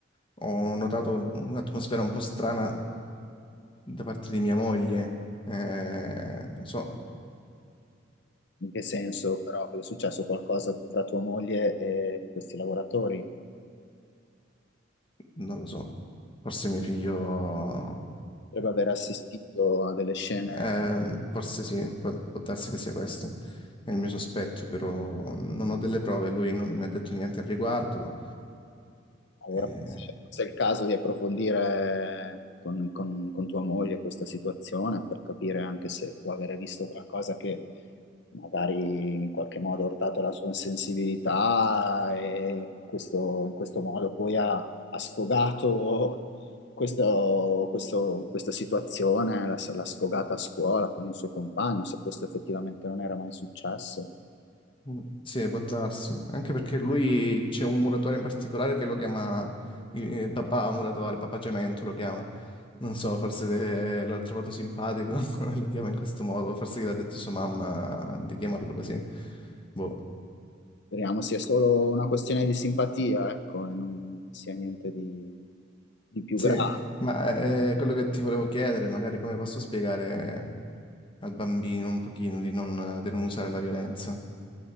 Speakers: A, on the left; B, on the left.
A: ho notato un'atmosfera un po' strana da parte di mia moglie. Eh, non so,
B: In che senso però è successo qualcosa fra tua moglie e questi lavoratori?
A: non lo so, forse mio figlio,
B: Potrebbe aver assistito a delle scene
A: ehm, forse sì, può, può darsi che sia questo. È il mio sospetto, però non ho delle prove, lui non mi ha detto niente al riguardo.
B: Allora,
A: Eh,
B: forse forse è il caso di approfondire con, con- con tua moglie questa situazione per capire anche se può avere visto qualcosa che magari in qualche modo ha urtato la sua sensibilità e questo- in questo modo poi ha, ha sfogato questo- questo- questa situazione, l'ha l'ha sfogata a scuola con il suo compagno, se questo effettivamente non era mai successo.
A: Mm, Sì, può darsi. Anche perché lui c'è un muratore in particolare che lo chiama eh, papà muratore, papà Cemento lo chiama. Non so, forse eh, l'ho trovato simpatico, <laughs> e lo chiama in questo modo, forse gli ha detto sua mamma di chiamarlo così. Boh.
B: Speriamo sia solo una questione di simpatia, ecco, e non sia niente di, di più
A: Sì,
B: grave.
A: ma eh, quello che ti volevo chiedere, magari come posso spiegare al bambino un pochino di non, di non usare la violenza?